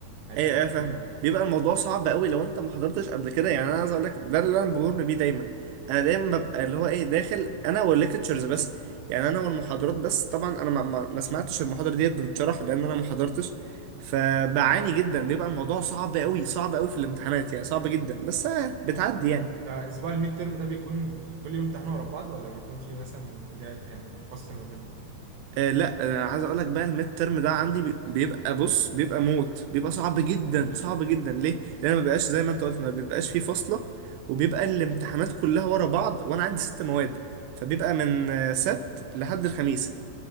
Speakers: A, on the right; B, on the right.
A: عرفت
B: ايه
A: بتتكلم
B: ايه فاهمك
A: عنها
B: بيبقى الموضوع صعب قوي لو انت ما حضرتش قبل كده يعني انا عايز اقول لك ده اللي انا بمر بيه دايما انا دايما ببقى اللي هو ايه داخل انا والليكتشرز بس يعني انا والمحاضرات بس طبعا انا ما, ما, ما سمعتش المحاضره ديت بتتشرح لان انا ما حضرتش فبعاني جدا بيبقى الموضوع صعب قوي صعب قوي في الامتحانات يعني صعب جدا بس آه بتعدي
A: آه،
B: يعني
A: انت اسبوع الميد تيرم ده بيكون كل يوم امتحان ورا بعض ولا بيكون في مثلا جا- يعني فصل ما بينهم
B: آه لا انا عايز اقول لك بقى الميد ترم ده عندي بي- بيبقى بص بيبقى موت بيبقى صعب جدا صعب جدا ليه لان أنا ما بيبقاش زي ما انت قلت ما بيبقاش فيه فاصله وبيبقى الامتحانات كلها ورا بعض وانا عندي ست مواد فبيبقى من آه، سبت لحد الخميس